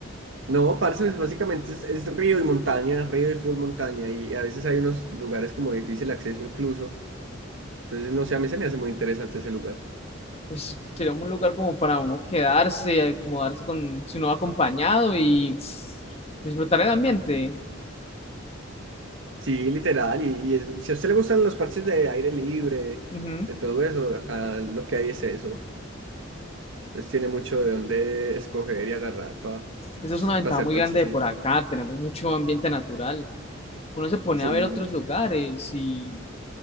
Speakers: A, on the right; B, on the left.
A: No, parce, es- básicamente es, es río y montaña, río y full montaña, y a veces hay unos lugares como de difícil acceso incluso. Entonces, no sé, a mí se me hace muy interesante ese lugar.
B: Pues sería un lugar como para uno quedarse, acomodarse con, si uno va acompañado y tss, disfrutar el ambiente.
A: Sí, literal, y, y es- si a usted le gustan los parches de aire libre,
B: Ujú.
A: de todo eso, acá lo que hay es eso. Entonces tiene mucho de dónde escoger y agarrar para
B: Eso es una ventaja
A: hacer
B: muy
A: parchecitos.
B: grande de por acá, tenemos mucho ambiente natural. Uno se pone
A: Sí.
B: a ver otros lugares y,